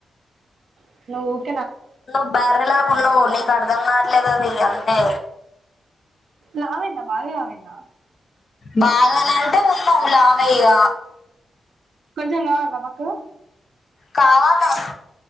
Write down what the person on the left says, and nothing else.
ను బర్రె లాగున్నావ్ నిక్ అర్ధంకాట్లేదుఆది అంతే
బాగానంటే ఉన్నావుగా అదేఇగ
కావాలా